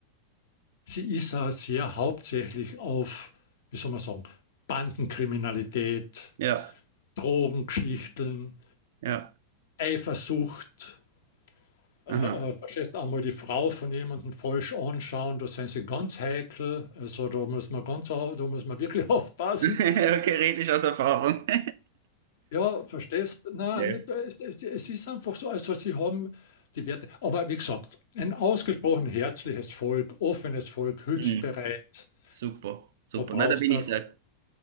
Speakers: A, on the left; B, on the right.
A: sie ist auch sehr hauptsächlich auf, wie soll man sagen, Bandenkriminalität,
B: ja,
A: Drogengeschichten,
B: ja.
A: Eifersucht. Äh,
B: Aha.
A: äh, verstehst einmal die Frau von jemandem falsch anschauen, da sind sie ganz heikel. Also da muss man ganz, au- da muss man wirklich <laughs> aufpassen.
B: <laughs> Okay, rede ich aus Erfahrung. <laughs>
A: Ja, verstehst? Nein,
B: Ja.
A: nicht, es, es, es ist einfach so. Also sie haben die Werte. Aber wie gesagt, ein ausgesprochen herzliches Volk, offenes Volk, hilfsbereit.
B: Mhm. Super, super.
A: Da brauchst
B: Na, da bin
A: du,
B: ich sehr,